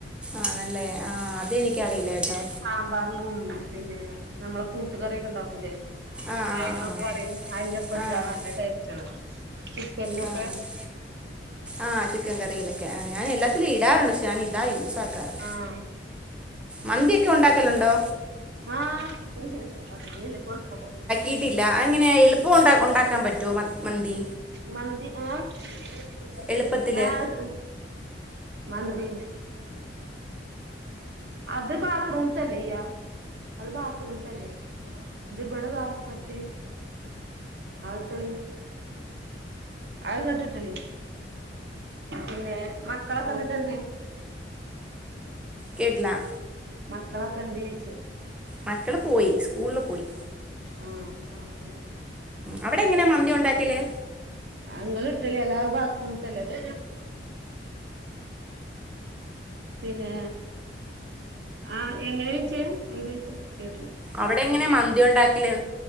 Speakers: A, in the centre; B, on the right.
A: ആണല്ലേ ആ അതെനിക്കറിയില്ലേ കേട്ടോ
B: സാമ്പാറിലും ഉണ്ട് പിന്നെ നമ്മളെ കൂട്ടുകറിയൊക്കെ ഉണ്ടാക്കൂലേ
A: ആഹ് ആഹ്
B: തേങ്ങന്ന് പറ അതിലപ്പടുത്ത
A: ആഹ്
B: നല്ല ടേസ്റ്റ്ണ് ചിക്കനിലൊക്കെ
A: ആഹ് ആണല്ലേ ആഹ് ചിക്കൻ കറിയിലൊക്കെ ആ ഞാൻ എല്ലാത്തിലും ഇടാറുണ്ട് പക്ഷെ ഞാൻ ഇതാ യൂസാക്കാറ്
B: ആഹ്
A: മന്തി ഒക്കെ ഉണ്ടാക്കലുണ്ടോ
B: ആഹ <unintelligible>
A: യിട്ടില്ല അതെങ്ങനെ എളുപ്പം ഉ ഉണ്ടാക്കാൻ പറ്റോമന്തി
B: മന്തി ആ <unintelligible>
A: എളുപ്പത്തില്
B: ആഹ മന്തി അത് ബാത്റൂമത്തെല്ലേയ്യ അത് ബാത്റൂമത്തല്ലേ ഇതെവിടതാ മറ്റേ ആ വിട്ടോളീം അത് <unintelligible> പിന്നെ മക്കളൊക്കെന്നിട്ടെന്ത്യേ
A: കേട്ടില്ല
B: മക്കളൊക്കെ എന്തെഴ്ച്ചു
A: മക്കള് പോയി സ്കൂളില് പോയി
B: ആഹ ആഹ
A: അവിടെ എങ്ങനെയാ മന്തി ഉണ്ടാക്കല്
B: നിങ്ങൾ ഇട്ടലേ അല്ലാ ബാത്റൂമല്ല പിന്നെ ആ എങ്ങനെയാ വെച്ചെ എന്തുച്ചെ കേട്ടില്ല
A: അവിടെ എങ്ങനെയാ മന്തി ഉണ്ടാക്കല്